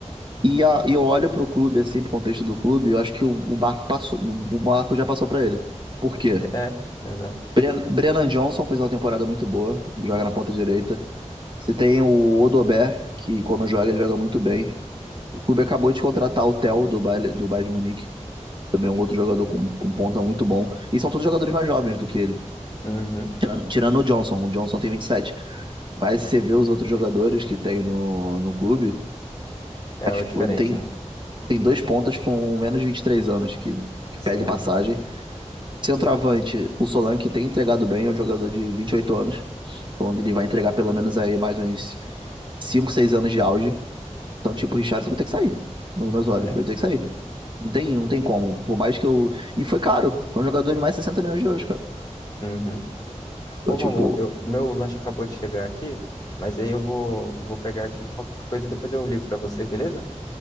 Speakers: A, on the right; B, on the left.
A: E, a, e eu olho pro clube, assim, pro contexto do clube, eu acho que o, o barco passou, o, o barco já passou pra ele. Por quê?
B: Ente- É, exato.
A: Bren- Brennan Johnson fez uma temporada muito boa, joga na ponta direita. Você tem o Odobert, que quando joga, ele joga muito bem. O clube acabou de contratar o Theo do Bayer, do Bayern de Munique, também é um outro jogador com um ponta muito bom. E são todos jogadores mais jovens do que ele,
B: Uhum.
A: tirando, tirando o Johnson. O Johnson tem 27. Mas se você vê os outros jogadores que tem no, no clube,
B: É
A: as-
B: o diferente,
A: tem,
B: né?
A: tem dois pontas com menos de 23 anos que, que
B: Sim,
A: pede passagem. Centroavante, o Solanke tem entregado bem, é um jogador de 28 anos. Então ele vai entregar pelo menos aí mais uns 5, 6 anos de auge. Então, tipo, o Richarlison vai ter que sair. Nos meus olhos,
B: é.
A: vai ter que sair. Não tem, não tem como. Por mais que eu. E foi caro. Foi um jogador de mais 60 milhões de euros, cara.
B: Uhum.
A: Então,
B: Ô,
A: tipo,
B: Rômulo, eu, meu lanche acabou de chegar aqui, mas aí eu vou, vou pegar aqui qualquer coisa e depois eu ligo pra você, beleza?